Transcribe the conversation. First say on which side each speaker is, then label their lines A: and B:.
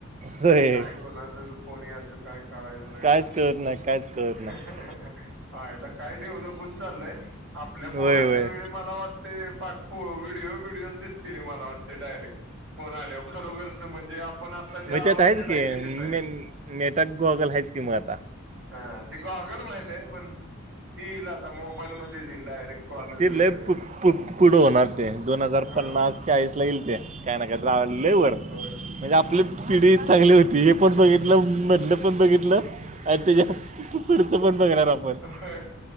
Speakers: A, on the right; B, on the right.
A: होय
B: नाही काय? कुणाच बी फोन याचं काय, कळायचं नाही
A: कायच
B: काय?
A: कळत नाही कायच कळत नाही
B: अह् अह्. हायला काय डेव्हलप होत चालयं, आपल्या पोरांच्या
A: होय होय
B: वेळी मला वाटतं ते <unintelligible> व्हिडिओ बिडिओ दिसतील, मला वाटते डायरेक्ट. फोन आल्यावर खरोखरचं म्हणजे, आपण आता ज्या
A: मग त्यात
B: अवस्थेत
A: आहेच की
B: आहे ते दिसायल
A: <unintelligible> गॉगल हायचं कि म आता.
B: हा ती गॉगल माहित आहे, पण ती येईल आता मोबाईलमध्ये येईल डायरेक्ट. कॉलच
A: ते
B: व्हिडिओचे
A: लय पु पु पुढं होणार, ते दोन हजार
B: हा
A: पन्नास चाळीस ला येइल. ते काय ना काय <unintelligible> लय वर
B: होय
A: म्हणजे, आपली पिढी चांगली होती. पण बघितलं म्हधलं पण बघितलं. अ त्याच्या पुढचं पण बघणार, आपण
B: होय